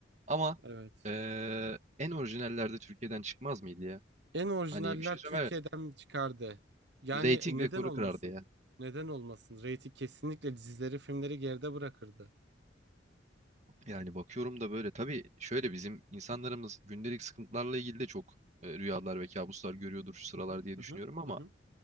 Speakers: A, on the right (about 40°); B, on the right (about 65°).
A: Ama
B: Evet.
A: eee, en orijinallerde Türkiye'den çıkmaz mıydı ya?
B: En orijinaller
A: Hani bir şey söyleme.
B: Türkiye'den mi çıkardı? Yani
A: Rating
B: e, neden
A: rekoru
B: olmasın?
A: kırardı ya.
B: Neden olmasın? Reyting kesinlikle dizileri, filmleri geride bırakırdı.
A: Yani bakıyorum da böyle tabii şöyle bizim insanlarımız gündelik sıkıntılarla ilgili de çok e, rüyalar ve kabuslar görüyordur şu sıralar
B: Hı hı
A: diye
B: hı
A: düşünüyorum ama
B: hı hı